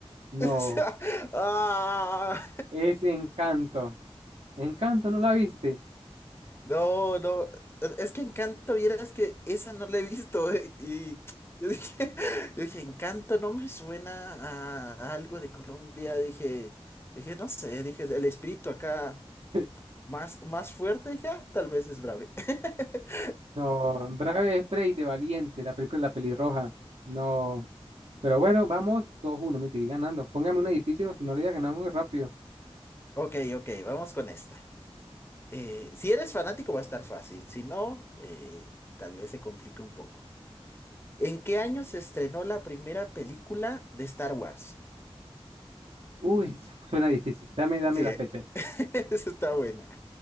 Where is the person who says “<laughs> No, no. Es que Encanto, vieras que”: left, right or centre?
Left